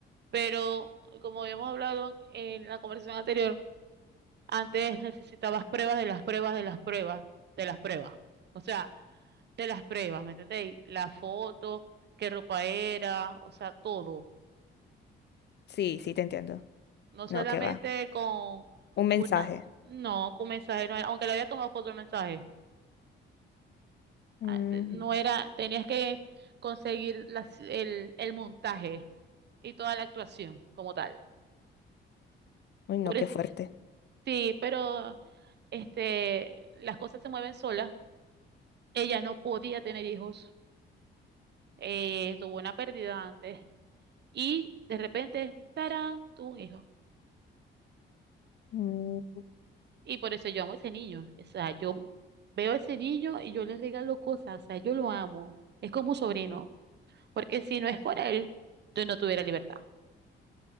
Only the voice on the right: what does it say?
pero como habíamos hablado en la conversación anterior, antes necesitabas pruebas de las pruebas de las pruebas de las pruebas. O sea, de las pruebas, ¿me entendéis? La foto, qué ropa era, o sea, todo.
No solamente
con
una, no, con mensaje, no era- aunque le había tomado foto al mensaje,
ah, te- no era, tenías que conseguir las- el, el montaje y toda la actuación como tal.
Por
es-
sí, pero este, las cosas se mueven solas. Ella no podía tener hijos, eh, tuvo una pérdida antes y de repente, tarán, tuvo un hijo.
Y por eso yo amo a ese niño. O sea, yo veo a ese niño y yo le regalo cosas. O sea, yo lo amo. Es como un sobrino. Porque si no es por él, yo no tuviera libertad.